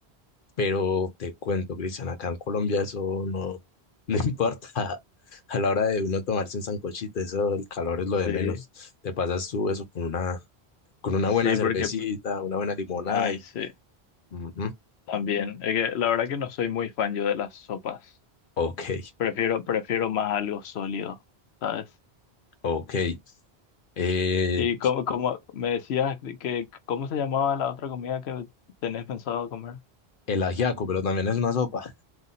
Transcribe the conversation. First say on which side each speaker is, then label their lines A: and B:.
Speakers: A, on the left; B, on the left.
A: Pero te cuento, Cristian, acá en Colombia eso no, no <laughs> importa. A la hora de uno tomarse un sancochito, eso, el calor es lo de
B: Sí,
A: menos. Te pasas tú eso con una, con una
B: sí,
A: buena cervecita,
B: porque
A: una buena limonada
B: Ay,
A: y...
B: sí,
A: ujú,
B: también. Es que la verdad que no soy muy fan yo de las sopas.
A: Ok,
B: Prefiero, prefiero más algo sólido, ¿sabes?
A: ok. Eh,
B: Y como, como me decías que, ¿cómo se llamaba la otra comida que tenés pensado comer?
A: el ajiaco, pero también es una sopa.